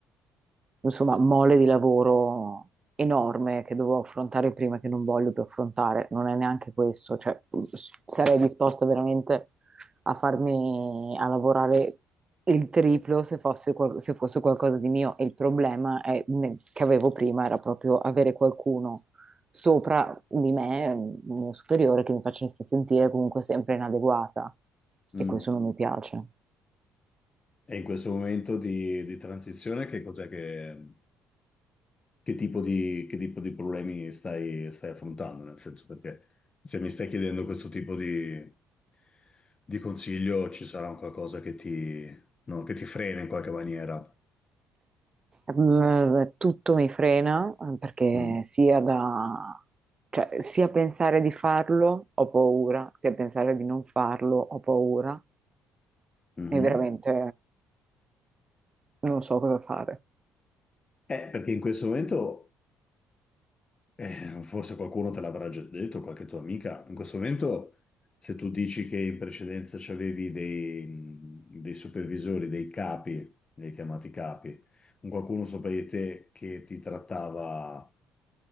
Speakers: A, on the right; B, on the left.
A: insomma, mole di lavoro enorme che dovevo affrontare prima che non voglio più affrontare. Non è neanche questo, cioè s- sarei disposta veramente a farmi, a lavorare il triplo se fosse, qual- se fosse qualcosa di mio. E il problema è- ne- che avevo prima era proprio avere qualcuno sopra di me, un mio superiore, che mi facesse sentire comunque sempre inadeguata
B: Mm.
A: e questo non mi piace.
B: E in questo momento di, di transizione, che cos'è che... che tipo di, che tipo di problemi stai, stai affrontando, nel senso perché se mi stai chiedendo questo tipo di, di consiglio ci sarà un qualcosa che ti, no, che ti frena in qualche maniera.
A: Mm, Tutto mi frena eh, perché
B: Mm.
A: sia da, cioè, sia pensare di farlo ho paura, sia pensare di non farlo ho paura
B: Mhm.
A: e veramente non so cosa fare.
B: Eh, perché in questo momento, eh, forse qualcuno te l'avrà già detto, qualche tua amica, in questo momento se tu dici che in precedenza c'avevi dei, dei supervisori, dei capi, li hai chiamati capi, un qualcuno sopra di te che ti trattava